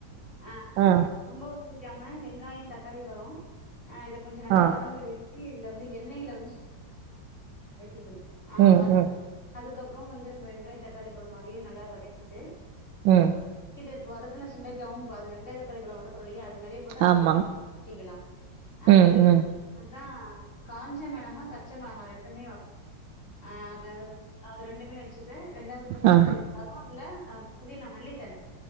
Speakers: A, on the left; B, on the right.
A: ஆஹ்
B: ஆ
A: ரொம்பொ ஒச்சுக்காம வெங்காயொ தக்காளி பொடுவோ ஆஹ் இத கொஞ்சொ நல்லா
B: ஆ
A: வதங்க விட்டு இல்ல வந்து எண்ணயில வந்து வதக்கிக்கணு ஆஹ்
B: ம்
A: வத
B: ம்
A: <inaudible> அது கப்புறோ வந்து நம்ப வெங்ய தக்காளி பழோ அதையும் நல்லா வதக்கிட்டு உம்
B: ம்
A: ஹா <unintelligible> வதக்கு சுண்டைக்கவு வத வெங்காய தக்காளிபழோ வதக்கற இல்லையா வெளிய போட்டு அதையுமே
B: ஆமாம்
A: வதக்கிக்கலா அ
B: ம்
A: இதுல
B: ம்
A: <inaudible> வந்து காஞ்சி பச்ச மொளகா பச்ச மொளகா ரெண்டுமே வ ஆ <unintelligible> அது ரெண்டுமே ச்சுப ரெண்டாவது வந்து
B: ஆ
A: கருவேப்பில அ புதினா மல்லித்தழ